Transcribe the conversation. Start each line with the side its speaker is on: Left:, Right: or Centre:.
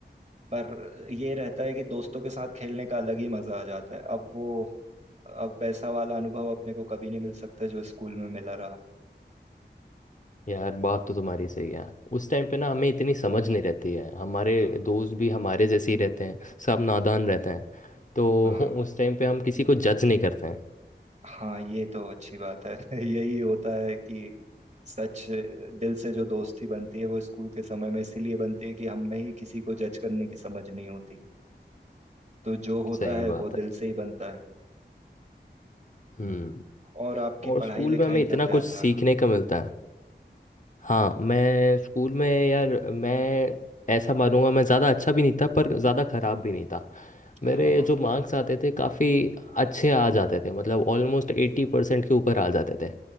Right: पर ये रहता है कि दोस्तों के साथ खेलने का अलग ही मजा आ जाता है अब वो अब वैसा वाला अनुभव अपने को कभी नहीं मिल सकता जो स्कूल में मिला रहा
Left: यार बात तो तुम्हारी सही है उस टाइम पे ना हमें इतनी समझ नहीं रहती है हमारे
Right: हाँ
Left: दोस्त भी हमारे जैसे ही रहते हैं सब नादान रहते हैं तो
Right: हाँ
Left: <laughs> उस टाइम पे हम किसी को जज नहीं करते हैं
Right: हाँ ये तो अच्छी बात है <laughs> यही होता है कि सच दिल से जो दोस्ती बनती है वो स्कूल के समय में इसलिए बनती है कि हम में ही किसी को जज करने की समझ नहीं होती तो जो होता
Left: सही
Right: है
Left: बात
Right: वो दिल
Left: है
Right: से ही बनता है
Left: हम्म
Right: और आपकी
Left: और
Right: पढ़ाई
Left: स्कूल
Right: लिखाई
Left: में हमें इतना
Right: का क्या
Left: कुछ सीखने
Right: था
Left: का मिलता है हाँ मैं स्कूल में यार मैं ऐसा मानूंगा मैं ज़्यादा अच्छा भी नहीं था पर ज़्यादा ख़राब भी नहीं था
Right: हाँ
Left: मेरे जो मार्क्स आते थे काफ़ी अच्छे आ जाते थे मतलब ऑलमोस्ट एटी परसेंट के ऊपर आ जाते थे